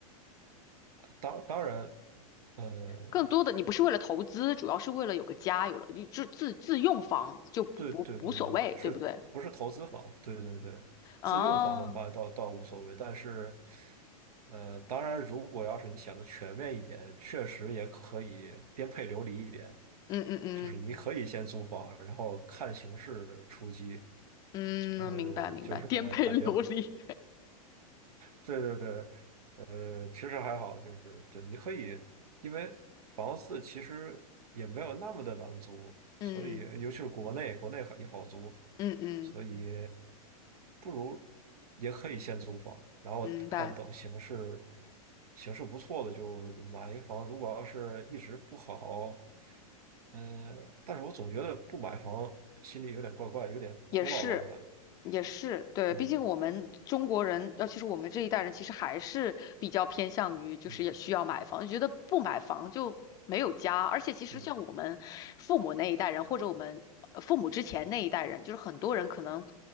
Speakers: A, on the right; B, on the left.
A: 当当然，呃，
B: 更多的你不是为了投资，主要是为了有个家，有了你就自自用房就不不无所谓，
A: 对对对对对，是不是投资房？
B: 对不对？
A: 对对对，
B: 啊，
A: 自用房的话倒倒无所谓，
B: 嗯
A: 但是，呃，当然，如果要是你想的全面一点，确实也可以颠沛流离一点。
B: 嗯嗯
A: 就是你可以先租房，然后看形势出击。
B: 嗯，
A: 呃，
B: 明白明白，
A: 就是感觉，
B: 颠沛流离，
A: 对对对，呃，其实还好，就是对，你可以，因为房子其实也没有那么的难租，
B: <laughs> 嗯
A: 所以尤其是国内，国内很也好租，
B: 嗯嗯，
A: 所以不如也可以先租房，然后看等形势，
B: 明白。
A: 形势不错的就买一房，如果要是一直不好，呃，但是我总觉得不买房心里有点怪怪，有点空落落的感觉，
B: 也是，也是，对，
A: 嗯
B: 毕竟我们中国人，尤其实我们这一代人，其实还是比较偏向于就是也需要买房，
A: 嗯
B: 觉得不买房就没有家。而且其实像我们父母那一代人，
A: 嗯。
B: 或者我们呃父母之前那一代人，就是很多人可能